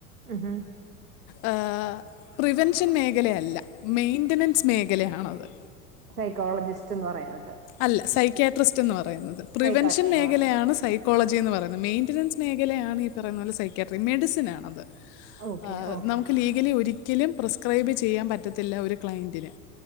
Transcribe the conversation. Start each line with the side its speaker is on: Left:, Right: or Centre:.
Right: ഹ് ഹ്
Left: ആ പ്രിവെൻഷൻ മേഖലയല്ല മെയിന്റനൻസ് മേഖലയാണത്
Right: സൈക്കോളജിസ്റ്റ്ന്ന് പറയുന്നത്
Left: അല്ല സൈക്ക്യാട്രിസ്റ്റ് എന്ന് പറയുന്നത് പ്രിവെൻഷൻ
Right: സൈക്കാട്രിസ്റ്റ്
Left: മേഖലയാണ്
Right: എന്ന് പറയുന്നത്
Left: സ കോളജിന്ന് പറയുന്നത് മെയിന്റനൻസ് മേഖലയാണ് ഈ പറയുന്ന പോലെ സൈക്കാട്രി മെഡിസിൻ ആണത്
Right: ഓക്കെ
Left: ആഹ്
Right: ഓക്കെ
Left: നമുക്ക് ലീഗലി ഒരു ലും പ്രിസ്ക്രൈബ് ചെയ്യാൻ പറ്റത്തില്ല ഒരു ക്ലൈന്റിന്